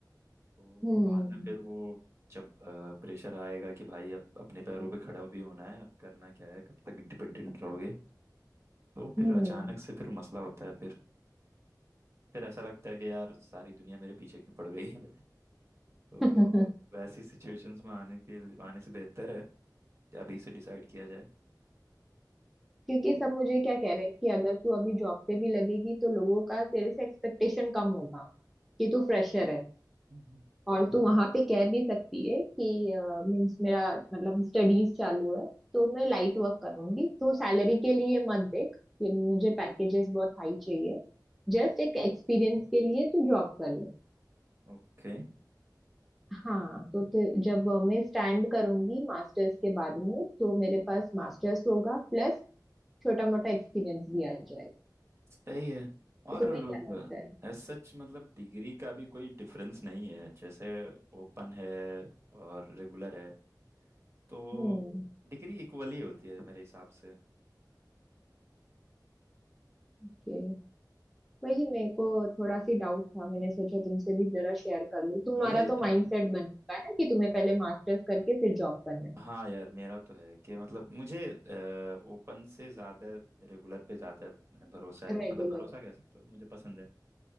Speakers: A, on the right; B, in the centre.
A: तो
B: हम्म
A: बाद में फिर वो जब प्रेशर आएगा कि भाई अब अपने पैरों पे खड़ा भी होना है अब करना क्या है कब तक डिपेंडेंट रहोगे तो फिर
B: हम्म
A: अचानक से फिर मसला होता है फिर फिर ऐसा लगता है कि यार सारी दुनिया मेरे पीछे क्यों पड़ गई <laughs> तो
B: <laughs>
A: वैसी सिचुएशंस में आने के आने से बेहतर है अभी से डिसाइड किया जाए
B: क्योंकि
A: तो
B: सब
A: हम्म
B: मुझे क्या कह रहे हैं कि अगर तू अभी जॉब पे भी लगेगी तो लोगों का तेरे से एक्सपेक्टेशन कम होगा कि तू फ्रेशर है
A: हम्म।
B: और तू वहां पे कह भी सकती है कि मीन्स मेरा मतलब स्टडीज चालू है तो मैं लाइट वर्क करूंगी तू सैलरी के लिए मत देख कि मुझे पैकेजेस बहुत हाई चाहिए जस्ट एक एक्सपीरियंस के लिए तू जॉब कर ले
A: ओके
B: हाँ तो ते- जब मैं स्टैंड करूंगी मास्टर्स के बाद में तो मेरे पास मास्टर्स होगा प्लस छोटा मोटा एक्सपीरियंस भी आ जाएगा
A: सही है
B: तो
A: और
B: तुम्हें क्या लगता है
A: एज सच मतलब डिग्री का भी कोई डिफरेंस नहीं है जैसे ओपन है और रेगुलर है तो
B: हम्म
A: डिग्री इक्वली होती है मेरे हिसाब से
B: okay. वही मेरे को थोड़ा सी डाउट था मैंने सोचा तुमसे भी जरा शेयर कर लूं तुम्हारा
A: ये
B: तो माइंडसेट
A: अ,
B: बन चुका है ना कि तुम्हें पहले मास्टर्स करके फिर जॉब करना
A: हाँ यार मेरा तो है कि मतलब मुझे ओपन से ज़्यादा रेगुलर पे ज़्यादा भरोसा
B: है
A: है
B: रेगुलर
A: मतलब भरोसा कह सकते हो मुझे पसंद है